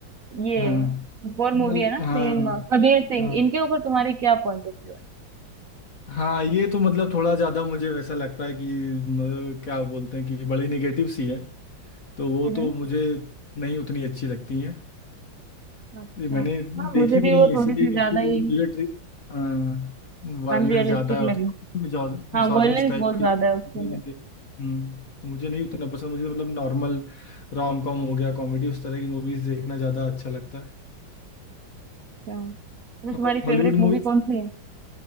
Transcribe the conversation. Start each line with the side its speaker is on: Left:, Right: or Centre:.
Right: ये
Left: हाँ
Right: एक और मूवी
Left: बल
Right: है ना
Left: हाँ
Right: सेम कबीर सिंह,
Left: हाँ
Right: इनके ऊपर तुम्हारी क्या पॉइंट ऑफ व्यू
Left: हाँ ये तो मतलब थोड़ा ज्यादा मुझे वैसा लगता है कि म, क्या बोलते हैं कि बड़ी नेगेटिव सी है तो वो
Right: है?
Left: तो मुझे नहीं उतनी अच्छी लगती हैं
Right: अच्छा
Left: ये मैंने
Right: हाँ
Left: देखी
Right: मुझे भी
Left: भी नहीं
Right: वो
Left: है इसीलिए
Right: थोड़ी सी
Left: क्योंकि
Right: ज्यादा
Left: वो
Right: ही
Left: मुझे ट्रि हाँ वायलेंस
Right: अनरियलिस्टिक
Left: ज़्यादा है और
Right: लगी
Left: थोड़ा
Right: हाँ
Left: मिसोजिनिस्ट
Right: वॉयलेंस
Left: टाइप
Right: बहुत
Left: की
Right: ज्यादा है उसके
Left: मैंने
Right: अंदर
Left: नहीं देखी हम्म तो मुझे नहीं उतना पसंद मुझे मतलब नॉर्मल रोम कॉम हो गया कॉमेडी उस तरह की मूवीज़ देखना ज़्यादा अच्छा लगता है
Right: अच्छा तो तुम्हारी
Left: और हॉलीवुड
Right: फेवरेट मूवी
Left: मूवीज़
Right: कौन सी है